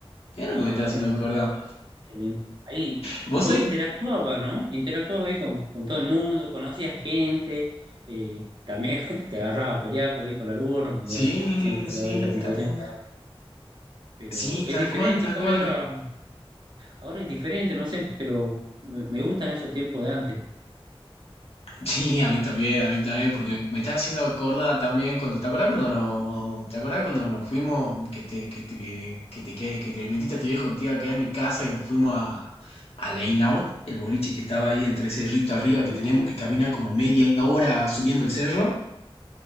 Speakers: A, on the left; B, on the right.
A: Mira
B: Claro,
A: lo que me está haciendo
B: no,
A: acordar.
B: Qué lindo. Ahí,
A: <laughs> ¿Vos
B: y vos
A: sabés?
B: interactuabas, ¿no? Interactuabas ahí con, con todo el mundo, conocías gente, eh, también <laughs> te agarrabas a pelear por ahí con algunos, porque
A: Sí,
B: bueno, siempre se
A: sí,
B: da esa situación,
A: tal,
B: pero
A: sí,
B: es
A: tal
B: diferente,
A: cual, tal
B: en cambio
A: cual.
B: ahora, ahora es diferente, no sé, pero me, me gustan esos tiempos de antes.
A: Sí, a mí también, a mí también, porque me está haciendo acordar también cuando, ¿te acordás cuando, no, te acordás cuando nos fuimos, que te, que te, que te, que, que te metiste a tu viejo que te iba a quedar en mi casa y nos fuimos a, a la In Out, el boliche que estaba ahí entre cerrito arriba, que
B: Uh,
A: teníamos que caminar como media hora subiendo el cerro?